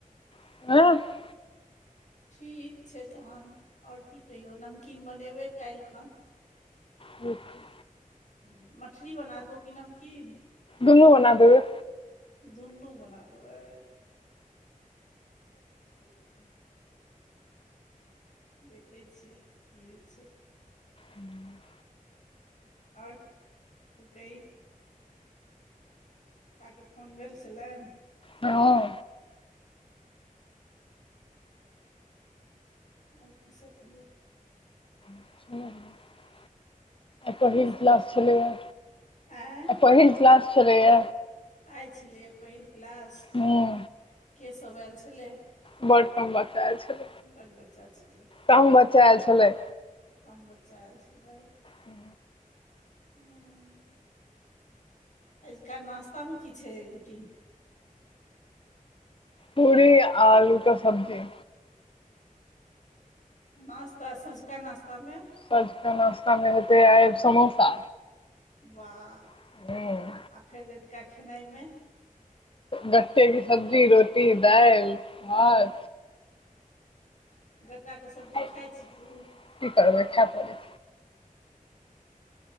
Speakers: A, on the left; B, on the left.
A: <unintelligible> <unintelligible>
B: ठीक छै तहन आओर की कहियौ नमकीन बनेबै काल्हि खन
A: ठीक छै <unintelligible>
B: ह मठरी बना देबौ की नमकीन
A: दुनू बनादेबै
B: दुनू बना देबै ठीक <unintelligible> देखै छियै इही सब <unintelligible>
A: हूँ
B: आओर ओ कही पापा क फोन भेल छलनि
A: हँ
B: आई की सब भेलै
A: <unintelligible> पहिल
B: की सब
A: क्लास
B: छै
A: छलेए
B: आँय
A: पहिल क्लास छलेए
B: आयल छलैए पहिल क्लास
A: हूँ
B: केसभ आयल छलै
A: बड कम बच्चा आयल छल
B: बड बच्चा छलै
A: कम बच्चा आयल छलै
B: कम बच्चा आयल छलै
A: हू
B: हँ एजका नाश्तामे की छै रूटीन
A: पूरी आलू क सब्जी
B: नाश्ता सोझका नाश्तामे
A: शाम क नाश्तामे हेतै आइ समोसा
B: वाह
A: हूँ
B: आ फेर रतिका खेनाइमे
A: गट्ठे की सब्जी रोटी दालि हँ
B: गट्टाके सब्जी
A: की
B: खाइ छी तू
A: करबै खा पड़ते